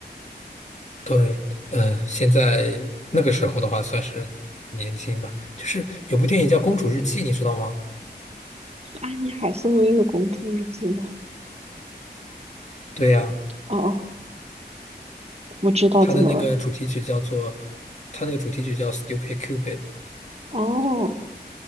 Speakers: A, on the left; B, on the right.
A: 对，嗯，现在那个时候的话算是年轻吧。就是有部电影叫《公主日记》，你知道吗？
B: 是安妮海瑟薇的《公主日记》吗？
A: 对呀，
B: 哦哦，我知道怎么了。
A: 它的那个主题曲叫做，它那个主题曲叫《Stupid Cupid》。
B: 哦